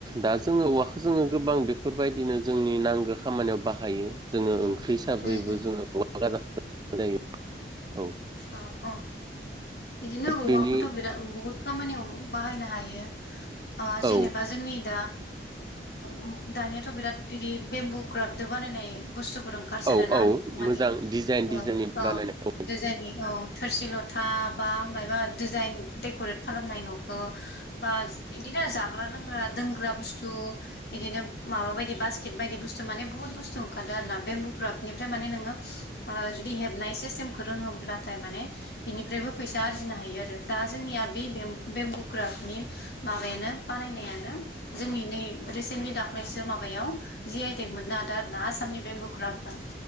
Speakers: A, on the right; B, on the left.
A: दा जोङो औवाखौ जोङो गोबां बेफोरबायदिनो जोंनि नांगौ खामानियाव बाहायो जोङो ओं खै हिसाबैबो
B: उम उम
A: जोङो औवा गाजाखौ जायो। औ
B: औ औ बिदिनो औवाखौथ'
A: बेनि
B: बिराद बहुत खामानियाव बाहायनो हायो अ जेनेबा
A: औ
B: जोंनि दा ओ दानि बिराद इदि बेम्बु क्राफ्टदो बानायनाय बुस्थुफोर ओंखारसोदोना
A: औ औ
B: माने
A: मोजां डिजाइन डिजाइननि
B: ओ औ।
A: बानायनाय
B: जायनि औ थोरसि लथा बा माइबा दिजाइन देकरेत खालामनाय न'खौ बा इदिनो जाग्रा लोंग्रा दोनग्रा बुसतु बिदिनो माबा बायदि बासकेथ बायदि बुहुत बुसतु ओंखारदों आरोना बेम्बुक्राप निफ्राय माने नोङो ओ जुदि हेबनाय सिसतेम फोर रोङोब्लाथाय माने बिनिफ्रायबो फैसा आरजिनो हायो आरो दा जोंनिया बे बेमबु बेमबुक्राप नि माबायानो बानायनायनो जोंनि नै रिसेन्तलि दा फ्रायसो माबायाव जि आइ टेग मोननो हादों आरो ना आसामनि बेमबुक्रपता